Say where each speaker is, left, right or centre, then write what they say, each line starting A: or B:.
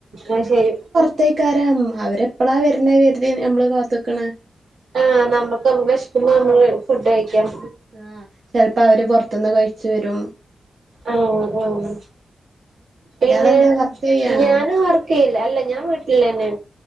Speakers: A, on the right; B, on the right.
A: ആയ് ശരി
B: കത്തേക്കാരം അവരെപ്പളാ വരുന്ന കരുതി നമ്മള് കാത്തുക്കണ
A: ആഹ് നമ്മുക്ക്മ്മ കഷിക്കുമ്പോ നമ്മള് ഫുഡ് കഴിക്കാം
B: ആഹ് ചിലപ്പോ അവര് പുൊറത്തുന്ന് കഴിച്ച വരും
A: ആഹ് പിന്നെ
B: ഇയാളെന്താ വർക്ക് ചെയ്യാണോ
A: ഞനവർക്ക് യില്ല അല്ല ഞാൻ വീട്ടിൽ തന്നെയ